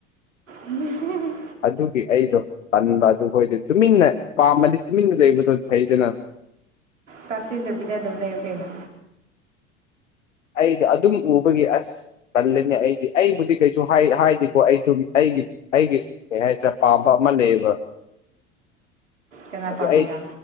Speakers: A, on the right; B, on the left.
A: ꯎꯝ
B: ꯑꯗꯨꯒꯤ ꯑꯩꯗꯣ ꯄꯟꯕ ꯑꯗꯨ ꯑꯩꯈꯣꯏꯗꯤ ꯇꯨꯃꯤꯟꯅ ꯄꯥꯝꯃꯗꯤ ꯇꯨꯃꯤꯟꯅ ꯂꯩꯕꯗꯣ ꯐꯩꯗꯅ
A: ꯇꯥꯁꯤꯟꯗꯕꯤꯗ ꯑꯗꯨꯝ ꯂꯩꯌꯨ ꯀꯩꯅꯣ
B: ꯑꯩꯗ ꯑꯗꯨꯝ ꯎꯕꯒꯤ ꯑꯁ ꯄꯜꯂꯅꯤ ꯑꯩꯗꯤ ꯑꯩꯕꯨꯗꯤ ꯀꯩꯁꯨ ꯍꯥꯏꯗꯤꯀꯣ ꯑꯩꯁꯨ ꯑꯩꯒꯤ ꯑꯩꯒꯤ ꯀꯩ ꯍꯥꯏꯁꯦ ꯄꯥꯝꯕ ꯑꯃ ꯂꯩꯕ
A: ꯀꯅꯥ
B: ꯑ
A: ꯄꯥꯝꯃꯤꯅꯣ
B: ꯑꯩ